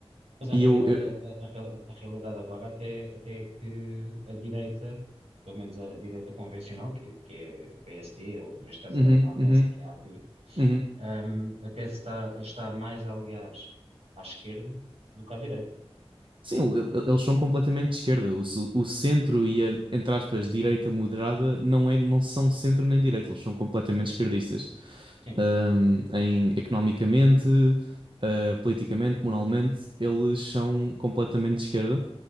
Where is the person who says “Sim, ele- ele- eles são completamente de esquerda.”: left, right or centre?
Right